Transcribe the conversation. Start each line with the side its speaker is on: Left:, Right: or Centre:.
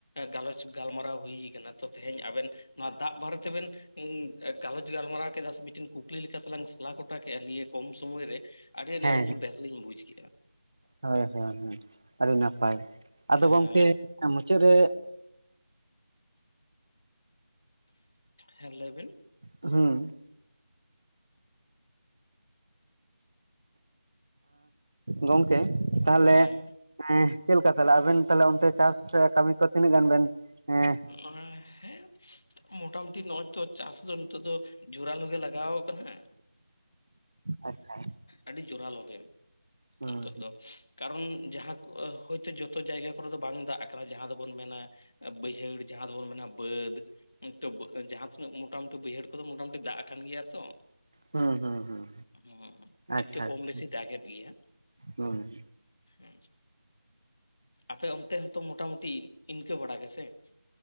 Left: ᱜᱟᱞᱚᱪ ᱜᱟᱞᱢᱟᱨᱟᱣ ᱦᱩᱭ ᱟᱠᱟᱱᱟ ᱛᱚ ᱛᱮᱦᱮᱧ ᱟᱵᱮᱱ ᱱᱚᱣᱟ ᱫᱟᱜ ᱵᱟᱨᱮ ᱛᱮ, ᱛᱮᱵᱮᱱ ᱜᱟᱞᱚᱪ ᱜᱟᱞᱢᱟᱨᱟᱣ ᱠᱮᱫᱟ ᱥᱮ ᱢᱤᱫᱴᱮᱱ ᱠᱩᱠᱞᱤ ᱞᱮᱠᱟᱛᱮ ᱞᱟᱝ ᱥᱟᱞᱟ ᱜᱚᱴᱟ ᱠᱮᱫᱟ ᱱᱤᱭᱟᱹ ᱠᱚᱢ ᱥᱚᱢᱚᱭ ᱨᱮ ᱾ ᱟᱹᱰᱤ ᱟᱹᱰᱤ
Right: ᱦᱮᱸ
Left: ᱟᱹᱞᱤᱧ ᱦᱚᱸ ᱵᱮᱥ ᱞᱤᱧ ᱵᱩᱡ ᱠᱮᱫᱼᱟ ᱾
Right: ᱦᱳᱭ ᱦᱳᱭ ᱦᱳᱭ ᱟᱹᱰᱤ ᱱᱟᱯᱟᱭ ᱟᱫᱚ
Left: ᱦᱮᱸ
Right: ᱜᱚᱝᱠᱮ ᱢᱩᱪᱟᱹᱫ ᱨᱮ
Left: ᱦᱮᱸ ᱞᱟᱹᱭ ᱵᱤᱱ?
Right: ᱦᱩᱸ ᱜᱚᱝᱠᱮ ᱟᱻ ᱛᱟᱦᱚᱞᱮ
Left: ᱦᱮᱸ
Right: ᱮᱸᱻ ᱪᱮᱫ ᱞᱮᱠᱟ ᱛᱟᱦᱚᱞᱮ ᱟᱵᱮᱱ ᱛᱟᱦᱚᱞᱮ ᱚᱱᱛᱮ ᱪᱟᱥ ᱥᱮ ᱠᱟᱹᱢᱤ ᱠᱚ ᱛᱤᱱᱟᱹᱜ ᱜᱟᱱ ᱵᱮᱱ ᱮᱸᱻ
Left: <unintelligible> ᱦᱮᱸ ᱢᱚᱴᱟᱢᱩᱴᱤ ᱱᱚᱜᱼᱚᱭ ᱛᱚ ᱪᱟᱥ ᱫᱚ ᱱᱤᱛᱚᱜ ᱫᱚ ᱡᱳᱨᱟᱞᱳ ᱜᱮ ᱞᱟᱜᱟᱣ ᱠᱟᱱᱟ ᱾
Right: ᱟᱪᱪᱷᱟ
Left: ᱟᱹᱰᱤ ᱡᱳᱨᱟᱞᱳ ᱜᱮ
Right: ᱦᱩᱸ
Left: ᱱᱤᱛᱳᱜ ᱫᱚ ᱠᱟᱨᱚᱱ ᱡᱟᱦᱟᱸ ᱦᱚᱭᱛᱳ ᱡᱚᱛᱚ ᱡᱟᱭᱜᱟ ᱠᱚᱨᱮ ᱫᱚ ᱵᱟᱝ ᱫᱟᱜ ᱠᱟᱱᱟ ᱡᱟᱦᱟᱸ ᱫᱚ ᱵᱚᱱ ᱢᱮᱱᱟ ᱵᱟᱹᱭᱦᱟᱹᱲ ᱡᱟᱦᱟᱸ ᱫᱚᱵᱚᱱ ᱢᱮᱱᱟ ᱵᱟᱹᱫᱽ ᱚᱱᱛᱮ ᱡᱟᱦᱟᱸ ᱛᱤᱱᱟᱹᱜ ᱢᱚᱴᱟᱢᱩᱴᱤ ᱵᱟᱹᱭᱦᱟᱹᱲ ᱠᱚᱫᱚ ᱢᱚᱴᱟᱢᱩᱴᱤ ᱫᱟᱜ ᱟᱠᱟᱱ ᱜᱮᱭᱟ ᱛᱚ ᱾
Right: ᱦᱩᱸ ᱦᱩᱸ ᱦᱩᱸ
Left: ᱦᱩᱸ
Right: ᱟᱪᱪᱷᱟ
Left: ᱤᱱᱠᱟᱹ ᱠᱚᱢ
Right: ᱟᱪᱪᱷᱟ
Left: ᱵᱮᱥᱤ ᱫᱟᱜ ᱮᱫ ᱜᱮᱭᱟ
Right: ᱦᱩᱸ
Left: ᱦᱮᱸ ᱟᱯᱮ ᱚᱱᱛᱮ ᱦᱚᱸᱛᱚ ᱢᱚᱴᱟᱢᱩᱴᱤ ᱤᱱᱠᱟᱹ ᱵᱟᱲᱟ ᱜᱮᱥᱮ? <unintelligible>